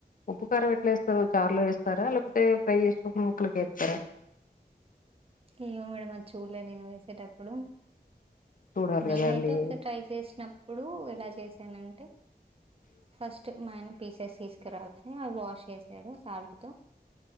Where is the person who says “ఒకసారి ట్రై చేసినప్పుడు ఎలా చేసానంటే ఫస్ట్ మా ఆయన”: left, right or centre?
Right